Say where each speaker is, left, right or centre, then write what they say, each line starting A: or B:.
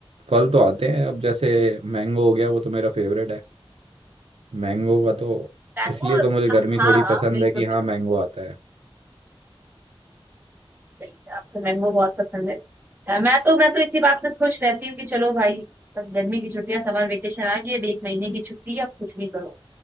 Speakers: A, on the right (about 80°); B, on the right (about 20°).
A: फल तो आते हैं अब जैसे मैंगो हो गया वो तो मेरा फेवरेट है मैंगो का तो
B: मैंगो
A: इसलिए तो मुझे गर्मी
B: हाँ
A: थोड़ी
B: हाँ
A: पसंद
B: बिल्कुल
A: है कि
B: बिल्कुल
A: हाँ मैंगो आता है
B: सही है आपको मैंगो बहुत पसंद है अ, मैं तो मैं तो इसी बात से खुश रहती हूँ कि चलो भाई अब गर्मी की छुट्टियां समर वेकेशन आ गई है, अब एक महीने की छुट्टी है अब कुछ भी करो